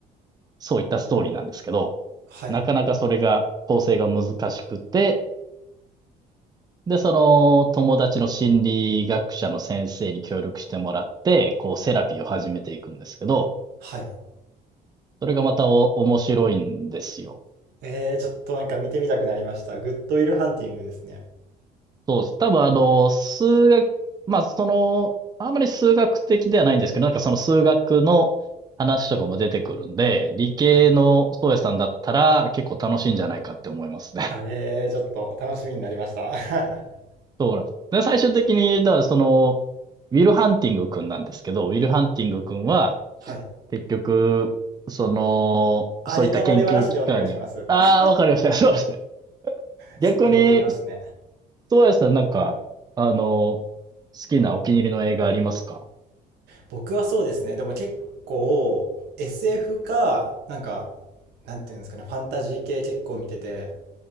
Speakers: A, on the right; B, on the right.
A: そういったストーリーなんですけど、
B: はい。
A: なかなかそれが構成が難しくて、で、その友達の心理学者の先生に協力してもらって、こうセラピーを始めていくんですけど、
B: はい。
A: それがまた面白いんですよ。
B: えー、ちょっとなんか見てみたくなりました。グッドウィルハンティングですね。
A: そうです。多分あの、数学、まあその、あんまり数学的ではないんですけど、なんかその数学の話とかも出てくるんで、理系の宗谷さんだったら結構楽しいんじゃないかって思いますね。
B: はい。はい。えー、ちょっと楽しみになりました。<laughs>
A: <laughs> そうなんです。で、最終的に、だからその、ウィル・ハンティング君なんですけど、ウィル・ハンティング君は、
B: はい。
A: 結局、その、
B: あ、
A: そういった研究機関には、
B: ネタバレはなしでお願いします。
A: ああ、
B: <laughs>
A: わかりました。<laughs> そうですね。逆に、
B: ちょっと見てみますね。
A: 宗谷さんなんか、あの、好きなお気に入りの映画ありますか
B: 僕はそうですね。でも結構 SF か、なんか、なんていうんですかね、ファンタジー系結構見てて、